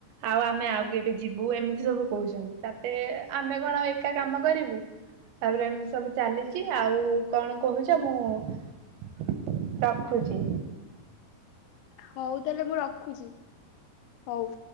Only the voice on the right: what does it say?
ଆଉ ଆମେ ଆଉ କେ ଏ ଯିବୁ ଏମିତି ସବୁ କହୁଛନ୍ତି ତାପରେ ଆମେ କଣ ଆଉ ଏକା କାମ କରିବୁ ତାପରେ ଏମିତି ସବୁ ଚାଲିଛି, ଆଉ କଣ କହୁଛ ମୁଁ ରଖୁଛି।